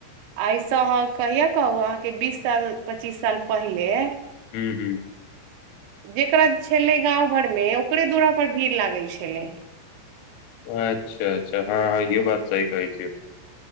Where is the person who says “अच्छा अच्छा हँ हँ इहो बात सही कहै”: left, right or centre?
Left